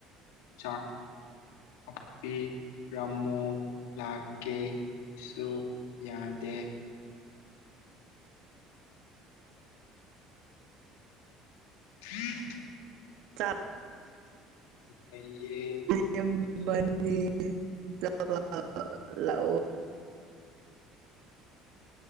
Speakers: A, on the left (about 75°); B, on the right (about 65°).
A: ꯆꯥꯛ ꯍꯥꯞꯄꯤ ꯔꯝꯃꯨ ꯂꯥꯛꯀꯦꯁꯨ ꯌꯥꯗꯦ ꯎ ꯎ
B: ꯆ
A: ꯂꯩꯌꯦ
B: ꯆꯝ ꯃꯅꯤ ꯆꯕꯑꯣ